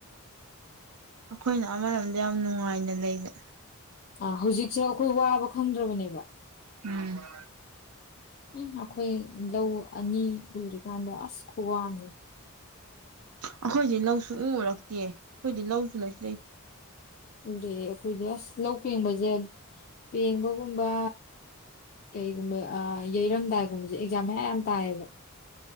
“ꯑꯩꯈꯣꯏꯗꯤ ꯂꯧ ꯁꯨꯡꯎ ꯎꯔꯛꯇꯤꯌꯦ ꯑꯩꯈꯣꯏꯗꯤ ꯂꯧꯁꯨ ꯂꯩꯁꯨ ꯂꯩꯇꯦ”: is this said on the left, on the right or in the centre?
Right